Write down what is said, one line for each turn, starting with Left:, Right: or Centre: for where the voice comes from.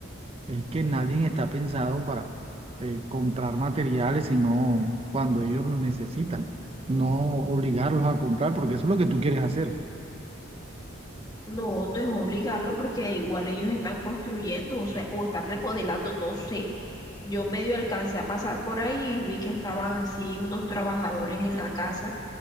Right: es que nadie está pensado para eh, comprar materiales, sino cuando ellos lo necesitan. No obligarlos a comprar, porque eso es lo que tú quieres hacer.
Left: No, no es obligarlo porque igual ellos están construyendo, o sea, o están remodelando, no sé. Yo medio alcancé a pasar por ahí y vi que estaban así unos trabajadores en la casa,